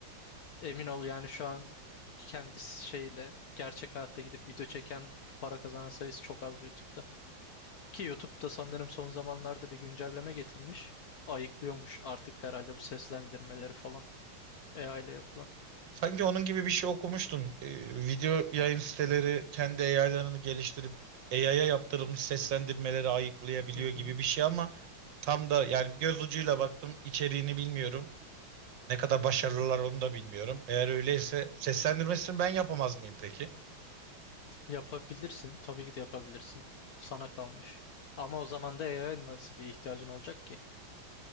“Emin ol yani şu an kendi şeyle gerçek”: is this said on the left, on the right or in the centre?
Left